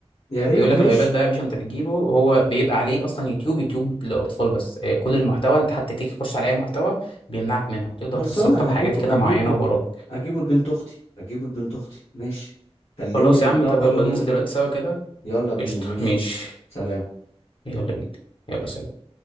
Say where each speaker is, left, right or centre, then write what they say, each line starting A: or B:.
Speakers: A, on the left; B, on the left.
A: يا ريت
B: بيقول لك
A: ماشي
B: الايباد بقى يا باشا انت بتجيبه هو بيبقى عليه اصلا يوتيوب يوتيوب للاطفال بس آه، كل المحتوى انت حتى تيجي تخش على اي محتوى بيمنعك منها وتقدر
A: خلصانة
B: تتسطب
A: هجيبه
B: حاجات كده
A: هجيبه
B: معينه وبرامج
A: هجيبه لبنت أختي هجيبه لبنت أختي ماشي كلمني
B: خلاص
A: ونظبط
B: يا عم طب يلا
A: ونروح
B: ننزل دلوقتي سوا كده
A: يلا بينا
B: قشطه
A: ماشي
B: ماشي
A: سلام
B: يلا بينا يلا سلام